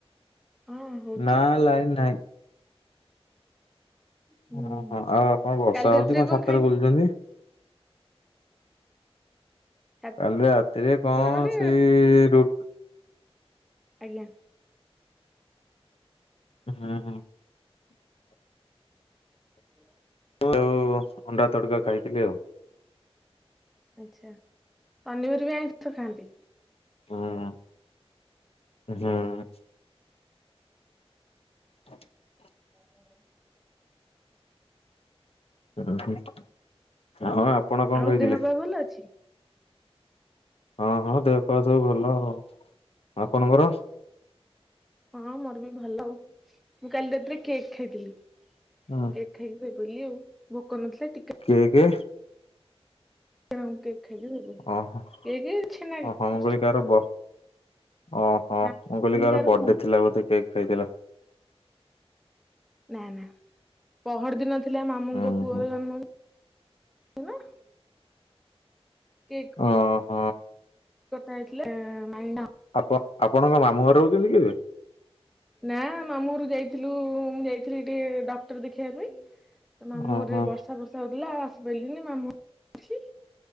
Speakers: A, in the centre; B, on the left.
A: ହଁ ହଉଛି
B: ନା ଲାଇନ ନାହିଁ।
A: ହୁଁ
B: ଓହୋ ଆଉ ଆପଣ ବର୍ଷା
A: କାଲି
B: ହଉଛି
A: ରାତିରେ
B: କଣ ଛାତରେ
A: ଖାଇଥିଲେ?
B: ବଲୁଛନ୍ତି?
A: ଛାତରେ
B: କାଲି ରାତିରେ କଣ
A: ମାନେ
B: ସେଇ ରୁ
A: ଆଜ୍ଞା।
B: ହୁଁ, ହୁଁ।
A: <inaudible>
B: ଆଉ ଅଣ୍ଡା ତଡ଼କା ଖାଇଥିଲି ଆଉ।
A: ଆଚ୍ଛା ଅନ୍ୟବାରେ ବି ଆଇଁଷ ଖାଆନ୍ତି?
B: ହୁଁ ହୁଁ। <inaudible>
A: ଓ <inaudible>
B: ଓହ ହଁ ଆପଣ କଣ
A: ଆଉ
B: କହିଥିଲେ?
A: ଦେହ ପା ଭଲ ଅଛି।
B: ହଁ ହଁ ଦେହପାଆ ସବୁ ଭଲ ଆଉ ଆପଣଙ୍କର?
A: ହଁ ମୋର ବି ଭଲ ଆଉ ମୁଁ କାଲି ରାତିରେ କେକ୍ ଖାଇଥିଲି।
B: ହଁ।
A: କେକ୍ ଖାଇକି ଶୋଇପଡ଼ିଲି ଆଉ ଭୋକ ନଥିଲା ଟିକେ
B: କେକେ
A: ମୁଁ କେକ ଖାଇଲି ଆଉ
B: ଓହୋ
A: କେକେ ଛେନା
B: ଓହୋ
A: କେକ୍।
B: ମୁଁ କହିଲି କାହାର ବ ଓହ ମୁଁ
A: ନା ଚିଲିକାର
B: କହିଲି କାହାର ବର୍ଥଡେ ଥିଲା ବୋଧେ କେକ୍ ଖାଇଥିଲ।
A: ନା ନା ପହର ଦିନ ଥିଲା ମାମୁଁ
B: ହୁଁ
A: ଙ୍କ ପୁଅର
B: ହୁଁ
A: ଜନ୍ମ <unintelligible> କେକ୍।
B: ଓହୋ।
A: <unintelligible>
B: ଆପଣ ଆପଣଙ୍କ ମାମୁଁ ଘରେ ରହୁଛନ୍ତି କି ଏବେ?
A: ନା ମାମୁଁ ଘରୁକୁ ଯାଇଥିଲୁ ମୁଁ ଯାଇଥିଲି ଟିକେ ଡକ୍ଟର ଦେଖେଇବା ପାଇଁ। ତ ମାମୁଁ
B: ଓହୋ
A: ଘରେ ବର୍ଷା ଫର୍ଷା ହଉଥିଲା ଆସିପାରିଲିନି ମାମୁଁ ଘରେ ଅଛି।